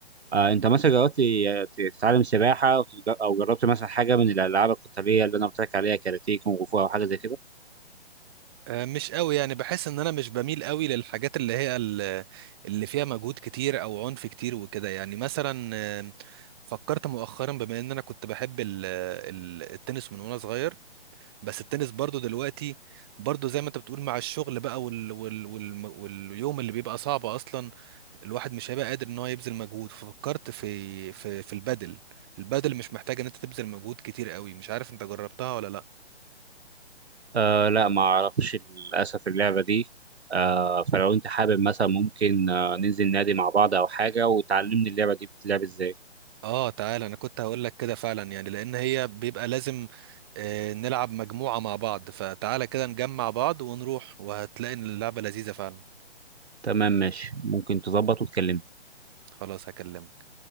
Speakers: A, on the right; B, on the right.
A: آه انت مثلا جربت ت- تتعلم سباحة او تج- أو جربت مثلا حاجة من الالعاب القتالية اللي انا قلت لك عليها كاراتيه كونغ فو او حاجة زي كده
B: آه، مش قوي يعني بحس ان انا مش بميل قوي للحاجات اللي هي ال- اللي فيها مجهود كتير او عنف كتير وكده يعني مثلا آه، فكرت مؤخرا بما ان انا كنت بحب ال- ال- التنس من وانا صغير بس التنس برضو دلوقتي برضو زي ما انت بتقول مع الشغل بقى وال وال وال واليوم اللي بيبقى صعب اصلا الواحد مش هيبقى قادر ان هو يبذل مجهود ففكرت في في في البدل البدل مش محتاج ان انت تبذل مجهود كتير قوي مش عارف انت جربتها ولا لا
A: آه لا ما اعرفش للاسف اللعبه دي آه فلو انت حابب مثلا ممكن آه ننزل نادي مع بعض او حاجه وتعلمني اللعبه دي بتتلعب ازاي
B: اه تعالى انا كنت هقول لك كده فعلا يعني لان هي بيبقى لازم آه، نلعب مجموعة مع بعض فتعالى كده نجمع بعض ونروح وهتلاقي ان اللعبة لذيذة فعلا
A: تمام ماشي ممكن تظبط وتكلمني
B: خلاص هكلمك